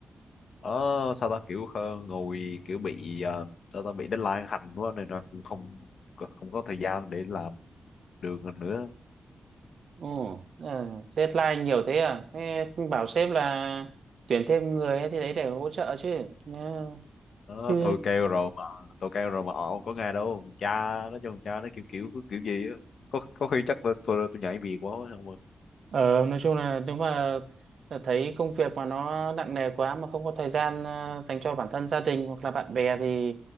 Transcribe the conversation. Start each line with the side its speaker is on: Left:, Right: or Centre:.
Left: Ờ, sao ta kiểu ờ, ngồi kiểu bị ờ, sao ta bị deadline hành quá nên là cũng không không có thời gian để làm được nữa.
Right: Ồ, Ờ, deadline nhiều thế à? Thế bảo sếp là tuyển thêm người thì đấy để hỗ trợ chứ. Ờ,
Left: Ờ,
Right: chứ
Left: tôi kêu rồi mà tôi kêu rồi mà họ không có nghe đâu. Cha nó cho cha nó kiểu kiểu kiểu gì á. Có có khi chắc tôi tôi, tôi nhảy việc quá không ạ?
Right: Ờ, nói chung là nếu mà thấy công việc mà nó nặng nề quá mà không có thời gian ờ, dành cho bản thân gia đình hoặc là bạn bè thì